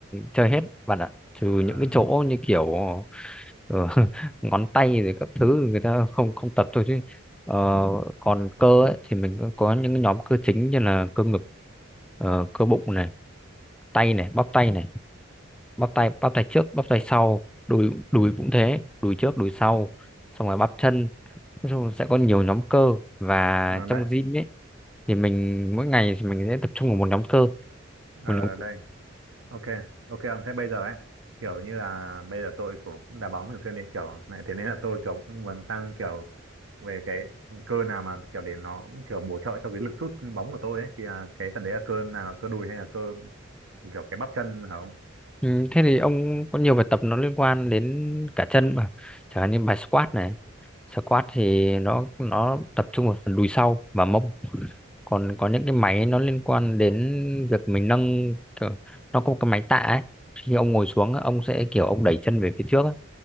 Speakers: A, in the centre; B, on the right (about 85°).
A: chơi hết bạn ạ trừ
B: ờ
A: những cái chỗ như kiểu Ờ, <laughs> ngón tay rồi các thứ người ta không không tập thôi chứ ờ, còn cơ ấy, thì mình có có những cái nhóm cơ chính như là cơ ngực ờ, cơ bụng này tay này bắp tay này bắp tay bắp tay trước bắp tay sau đùi đùi cũng thế đùi trước đùi sau xong rồi bắp chân nói chung là sẽ có nhiều nhóm cơ và
B: ờ,
A: trong
B: đấy
A: gym ấy thì mình mỗi ngày thì mình sẽ tập trung vào một nhóm cơ
B: ờ
A: một nhóm cơ.
B: đây ok ok ông thế bây giờ ấy kiểu như là bây giờ tôi cũng cũng đá bóng thường xuyên đi kiểu này thế nên là tôi kiểu cũng muốn tăng kiểu về cái cơ nào mà kiểu để nó cũng kiểu bổ trợ cho cái lực sút bóng của tôi ấy thì là cái phần đấy là cơ nào cơ đùi hay là cơ kiểu cái bắp chân hả không
A: Ừ, thế thì ông có nhiều bài tập nó liên quan đến cả chân mà chẳng hạn như bài squat này squat thì nó nó tập trung vào phần đùi sau và mông còn có những cái máy nó liên quan đến việc mình nâng kiểu, nó có một cái máy tạ ấy khi ông ngồi xuống á, ông sẽ kiểu ông đẩy chân về phía trước á.